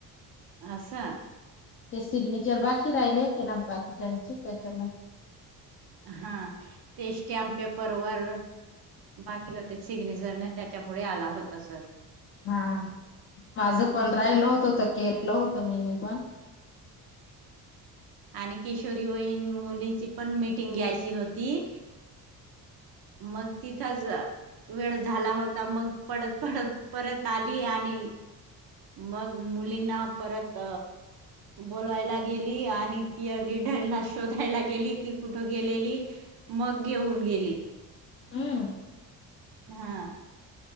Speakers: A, on the right (about 45°); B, on the left (about 25°).
A: असं.
B: ते सिंग्नेचेर बाकी राहिले होते ना बाकीच्यांचे त्याच्या <unintelligible> <unintelligible>
A: हा ते स्टॅम्प पेपर वर बाकी होते सिग्नेचरने त्याच्यामुळे आला होता सर
B: हा माझं पण राहिल होतं, तर केलं होत मी पण.
A: आणि किशोरी वयीन मुलींची पण मिटिंग घ्यायची होती. मग तिथंज वेळ झाला होता. मग पडत-पडत परत आली आणि मग मुलींना परत बोलवायला गेली आणि पिअर लीडरला शोधायला गेली. ती कुठं गेलेली मग घेऊन गेली.
B: हम्म.
A: हा.